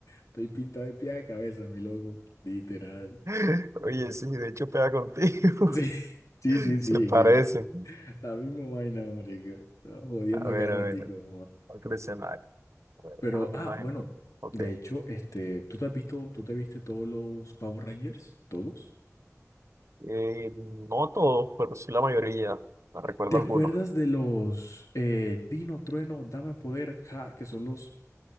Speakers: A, on the left; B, on the right.
A: estoy pintado de pie a cabeza, mi loco. Literal.
B: <laughs> Oye, sí, de hecho pega contigo.
A: Sí, <laughs> sí,
B: <laughs>
A: sí, sí.
B: Se parecen.
A: que la misma vaina, marica. Jodiendo
B: A ver,
A: a cada
B: a
A: ratico.
B: ver. Otro escenario. Pues,
A: Pero,
B: déjame
A: ah,
B: imaginar.
A: bueno,
B: Ok.
A: de
B: Eh,
A: hecho, este, ¿tú te has visto, tú te viste todos los Power Rangers? ¿Todos?
B: no todos, pero sí la mayoría. Me recuerdo
A: ¿Te acuerdas
B: algunos.
A: de los eh, Dino, Trueno, Dame Poder, Ja, que son los,